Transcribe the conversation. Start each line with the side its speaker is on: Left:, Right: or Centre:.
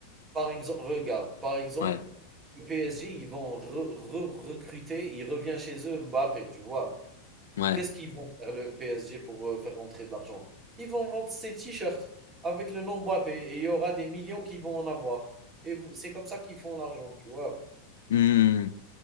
Right: par exemple, regarde, par exemple,
Left: Ouais,
Right: le PSG, ils vont re re recruter, il revient chez eux Mbappé, tu vois?
Left: ouais.
Right: Qu'est-ce qu'ils vont faire le PSG pour, heu, faire rentrer de l'argent? Ils vont vendre ces t-shirts avec le nom Mbappé et il y aura des millions qui vont en avoir et vous c'est comme ça qu'ils font l'argent, tu vois?
Left: Hmm.